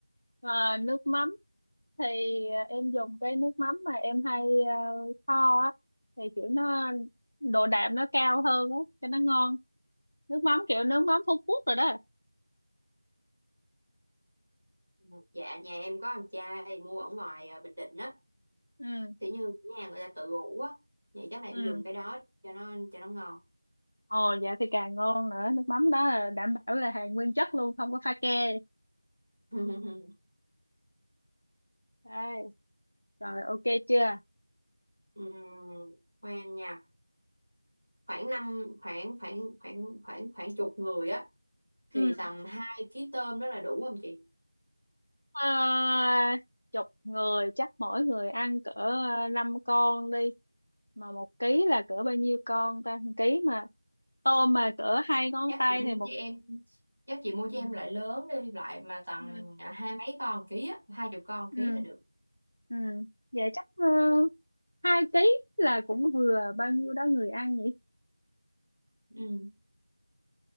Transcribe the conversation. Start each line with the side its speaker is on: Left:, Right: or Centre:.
Left: Ờ, nước mắm thì em dùng cái nước mắm mà em hay ờ, kho á thì kiểu nó độ đạm nó cao hơn á cho nó ngon nước mắm kiểu nước mắm Phú Quốc rồi đó
Right: Ừ, dạ nhà em có em trai mua ở ngoài à, Bình Định á
Left: ừ
Right: kiểu như nhà người ta tự ủ á vậy chắc là em
Left: ừ
Right: dùng cái đó cho nó cho nó ngon
Left: Ồ dạ thì càng ngon nữa nước mắm đó là đảm bảo là hàng nguyên chất luôn không có pha ke
Right: <laughs>
Left: đây rồi ok chưa
Right: Ừm, khoan nha khoảng năm khoảng khoảng khoảng khoảng khoảng chục người á thì
Left: ừ.
Right: tầm 2 ký tôm đó là đủ không chị
Left: à, chục người chắc mỗi người ăn cỡ ờ, 5 con đi mà một ký là cỡ bao nhiêu con ta một ký mà tôm mà cỡ hai ngón
Right: chắc
Left: tay
Right: chị mua
Left: thì một
Right: cho em chắc chị mua
Left: ừ.
Right: cho em loại lớn đi loại mà tầm
Left: Ừ.
Right: à, hai mấy con ký á hai chục con
Left: Ừ.
Right: ký là được
Left: Ừ. Vậy chắc ờ, hai ký là cũng vừa bao nhiêu đó người ăn nhỉ
Right: ừ